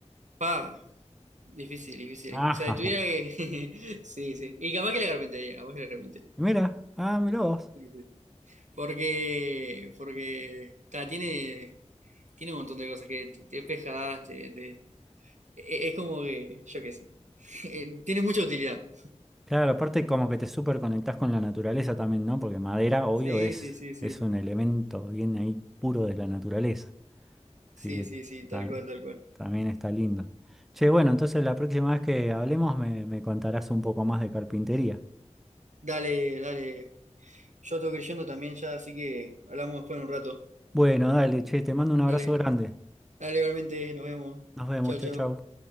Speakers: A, on the right (about 85°); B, in the centre.
A: Pa, difícil, difícil.
B: Ajá.
A: O sea, si tuviera que. <laughs> Sí, sí. Y capaz que la carpintería, capaz que la carpintería.
B: Mira, <laughs> ah, mirá vos.
A: Sí, sí. Porque, porque, ta, tiene, tiene un montón de cosas que te, te despejas, te, te- e- es como que, yo qué sé, <laughs> tiene mucha utilidad.
B: Claro, aparte como que te súper conectás con la naturaleza también, ¿no? Porque madera, obvio,
A: Sí,
B: es,
A: sí, sí, sí,
B: es un elemento bien ahí puro de la naturaleza.
A: sí,
B: Así que
A: sí, sí,
B: ta-
A: tal cual, tal cual.
B: también está lindo. Che, bueno, entonces la próxima vez que hablemos me, me contarás un poco más de carpintería.
A: Dale, dale, yo tengo que ir yendo también ya, así que hablamos después en un rato.
B: Bueno, dale, che, te mando un abrazo
A: Dale,
B: grande.
A: dale, igualmente, nos vemos.
B: Nos vemos,
A: Chao,
B: chau,
A: chao.
B: chau.